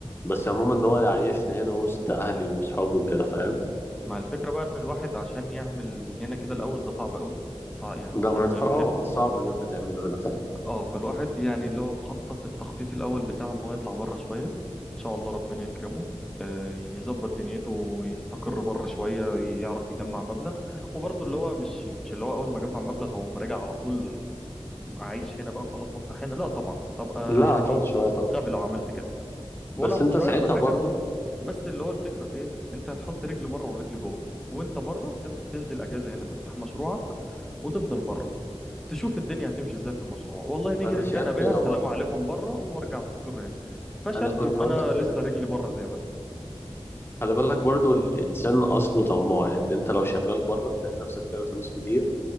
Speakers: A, on the left (about 20°); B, in the centre.
A: بس عموما إن هو يعيشني هنا وسط أهلي وصحابي وكده فاهم
B: فمع الفكره بقى ان الواحد عشان يعمل هنا كده الاول ده صعب قوي صعب يعني
A: ده
B: اصعب
A: منفعة
B: ما يمكن
A: اه صعب إن أنت تعمله هنا فعلا
B: اه فالواحد يعني اللي هو مخطط التخطيط الاول بتاعه ان هو يطلع بره شويه ان شاء الله ربنا يكرمه آه، يظبط دنيته ويستقر بره شويه يعرف يجمع مبلغ وبرضه اللي هو مش مش اللي هو اول ما اجمع مبلغ اقوم راجع على طول عايش هنا بقى خلاص وافتح هنا لا طبعا ابقى
A: لا
B: يعني
A: هتقعد شوية طبعا
B: غبي لو عملت كده
A: بس
B: ولا هقعد
A: أنت
B: شويه
A: ساعتها
B: ولا حاجه
A: برضو
B: بس اللي هو الفكره في ايه انت هتحط رجل بره ورجل جوه وانت بره تف- تنزل اجازه هنا تفتح مشروعك وتفضل بره تشوف الدنيا هتمشي ازاي في المشروع والله نجح
A: أنا شايف
B: كان بها
A: كده
B: سلام
A: برضو
B: عليكم بره وارجع استقر هنا فشل
A: أنا كنت
B: يبقى
A: أقول
B: انا
A: لك كده
B: لسه رجلي بره زي ما انا
A: خلي بالك برضو الإنسان أصله طماع يعني أنت لو شغال بره لقيت نفسك بتعمل فلوس كتير